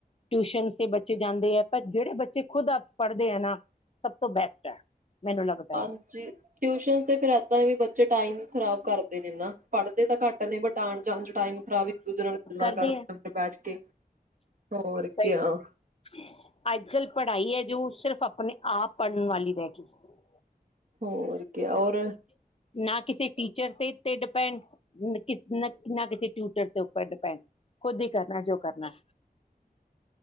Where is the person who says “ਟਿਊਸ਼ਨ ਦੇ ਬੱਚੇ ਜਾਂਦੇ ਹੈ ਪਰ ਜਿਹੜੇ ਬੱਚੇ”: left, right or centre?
Left